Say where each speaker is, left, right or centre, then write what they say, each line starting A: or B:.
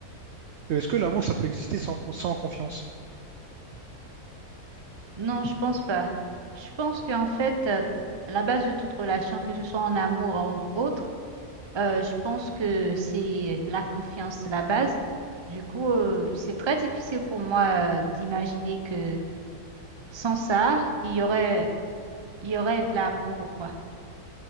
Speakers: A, on the right (about 70°); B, on the right (about 30°).
A: Euh, Est-ce que l'amour, ça peut exister sans, con- sans confiance?
B: Non, je pense pas. Je pense qu'en fait, euh, la base de toute relation, que ce soit en amour ou en autre, Euh, je pense que c'est la confiance, la base. Du coup, euh, c'est très difficile pour moi euh, d'imaginer que sans ça, il y aurait, il y aurait de l'amour ou quoi.